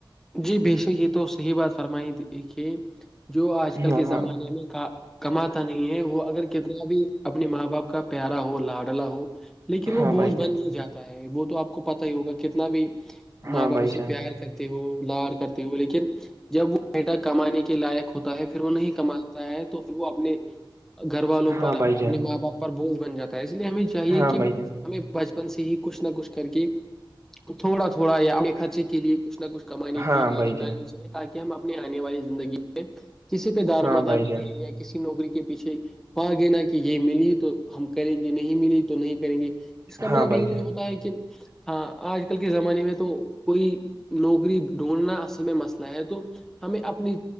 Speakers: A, in the centre; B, on the right.
A: جی بےشک یہ تو صحیح بات فرمائی کہ جو آج کل
B: ہاں
A: کے
B: ہاں
A: زمانے میں کا کماتا نہیں ہے وہ اگر کتنا بھی اپنے ماں باپ کا پیارا ہو لاڈلا ہو لیکن وہ
B: ہاں
A: بوجھ
B: بھائی
A: بن
B: جان
A: نہیں جاتا ہے وہ تو آپ کو پتا ہی ہوگا کتنا بھی
B: ہاں
A: ماں باپ
B: بھائی
A: اس سے
B: جان
A: پیار کر ہو لاار کرتے ہو لیکن جب وہ بیٹا کمانے کے لائق ہوتا ہے پھر وہ نہیں کماتا ہے تو پھر وہ اپنے گھر والوں
B: ہاں
A: پر
B: بھائی جان
A: اپنے ماں باپ پر بوجھ بن جاتا ہے اس لیے ہمیں چاہیے
B: ہاں
A: کہ
B: بھائی جان
A: ہمیں بچپن سے ہی کچھ نہ کچھ کر کے تھوڑا تھوڑا یا اپنے خرچے کے لیے کچھ نہ کچھ کمانے
B: ہاں
A: کی عادت
B: بھائی
A: ڈالنی
B: جان
A: چاہیے تاکہ ہم اپنے آنے والی زندگی کسی پہ دار
B: ہاں
A: و مدانی
B: بھائی جان
A: نہیں ہے یا کسی نوکری کے پیچھے پا گ نا کہ یہ ملی تو ہم کریں گے نہیں ملی تو نہیں کریں گے اس کا
B: ہاں
A: مطلب
B: بھائی
A: یہ
B: جان
A: نہیں ہوتا ہے کہ ہاں آج کل کے زمانے میں تو کوئی نوکری ڈھونڈنا اصل میں مسئلہ ہے تو ہمیں اپنی